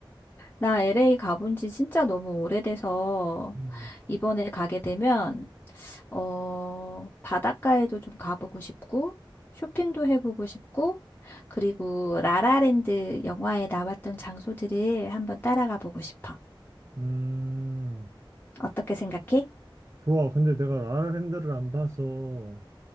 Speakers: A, on the left; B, on the right.
A: 나 LA 가본 지 진짜 너무 오래돼서
B: 음.
A: 이번에 가게 되면, 어, 바닷가에도 좀 가보고 싶고, 쇼핑도 해보고 싶고, 그리고 라라랜드 영화에 나왔던 장소들을 한번 따라가 보고 싶어.
B: 음,
A: 어떻게 생각해?
B: 좋아. 근데 내가 라라랜드를 안 봐서